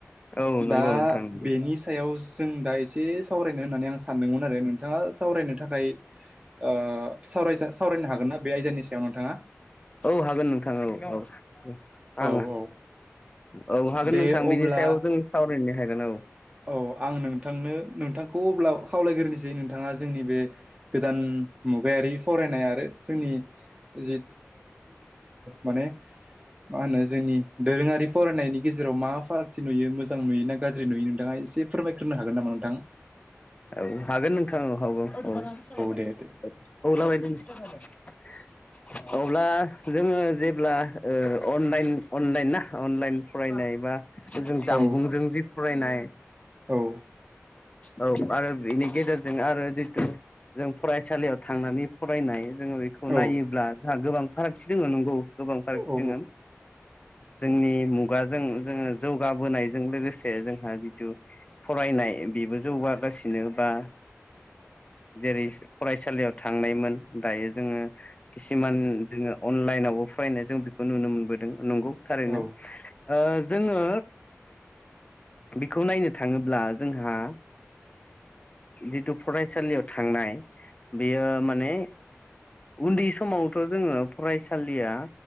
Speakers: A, on the left (about 25°); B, on the right (about 25°).
A: औ नंगौ
B: दा
A: नोंथां नंगौ
B: बेनि सायाव जों दा एसे सावरायनो होननानै आं सानदोंमोन आरो नों थाङा सावरायनो थाखाय ओ सावजा-सावरायनो हागोन ना बे आयदानि सायाव नोंथाङा?
A: औ हागोन नोंथां। औ औ
B: औ
A: आं
B: औ
A: औ हागोन
B: दे
A: नोंथां
B: अब्ला
A: बिनि सायाव जों सावरायनो हागोन औ।
B: औ आं नोंथांनो नोंथांखौ अब्ला खावलायग्रोसै नोंथाङा जोंनि बे गोदान मुगायारि फरायनाय आरो जोंनि जि मान मा होन जोंनि दोरोङारि फरायनायनि गेजेराव मा फारागथि नुयो मोजां नुयो ना गाज्रि नुयो नो थाङा एसे फोरमायग्रोनो हागोन नामा नोंथां?
A: औ हागोन नोंथां औ औ औ औ
B: दे दे
A: औ लाबायदों। <inaudible> अब्ला जोङो जेब्ला अनलाइन अनलाइन ना अनलाइन फरायनाय बा जों जामबुंजों
B: औ
A: जि फरायनाय
B: औ
A: औ आरो बिनि गेजेरजों आरो जितु जों फरायसालियाव थांनानै फरायनाय जोङो बेखौ नायोब्ला
B: औ
A: जोंहा गोबां फारागथि दङ नंगौ गोबां फारागथि
B: औ औ ओं
A: दङ जोंनि मुगाजों जोङो जौगाबोनायजों लोगोसे जोंहा जिथु फरायनाय बेबो जौगागासिनो बा जेरै फरायसालियाव थांनायमोन दायो जोङो खिसुमान जोङो अनलाइनावबो फरायनाय जों बेखौ नुनो मोनबोदों नंगौ थारैनो
B: ओं
A: जोङो बेखौ नायनो थाङोब्ला जोंहा जिथु फरायसालियाव थांनाय बेयो माने उन्दै समावथ' जोङो फरायसालिया